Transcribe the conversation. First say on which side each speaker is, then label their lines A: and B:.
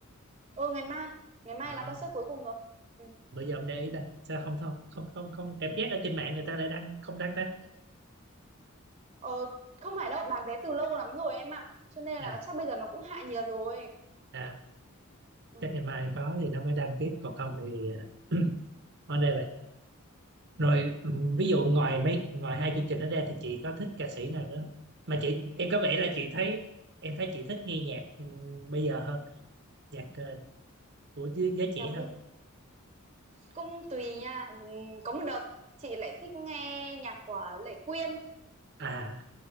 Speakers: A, on the right (about 25°); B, on the right (about 55°).
A: ừ ngày mai ngày mai
B: Ờ.
A: là concert cuối cùng rồi Ừ.
B: bây giờ ông để ý ta sao không không không không không cảm giác ở trên mạng người ta lại đăng không đăng ta
A: Ờ, không phải đâu, bán vé từ lâu lắm rồi em ạ. Cho nên
B: nè
A: là chắc bây giờ nó cũng hạ nhiệt rồi.
B: à,
A: Ừ,
B: chắc ngày mai có thì nó mới đăng tiếp còn không thì <clears throat> ở đây vậy rồi ừ, ví dụ ngoài mấy ngoài hai chương trình đó ra thì chị có thích ca sĩ nào nữa không? mà chị em có vẻ là chị thấy em thấy chị thích nghe nhạc ừ, bây giờ hơn nhạc ờ, của giới giới
A: nhạc
B: trẻ hơn
A: bây cũng tùy nha. Ừ, Có một đợt chị lại thích nghe nhạc của Lệ Quyên.
B: à